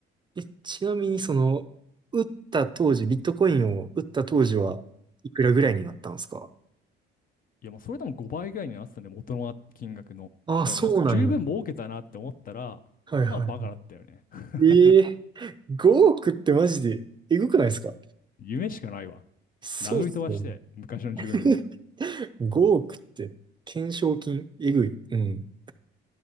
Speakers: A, on the right; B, on the left.
A: で、ちなみにその、売った当時、ビットコインを売った当時はいくらぐらいになったんですか
B: いや、もうそれでも5倍ぐらいになってたね、元の金額の。
A: ああ、
B: だからもう十分儲けたなって思ったら、
A: そうなんや。はいは
B: まあバカだったよね。<laughs>
A: い。ええ5億ってマジでえぐくないですか
B: 夢しかないわ。
A: そうっすよね。
B: 殴り飛ばして、昔の自分を。
A: <laughs> 5億って、懸賞金、えぐい。うん。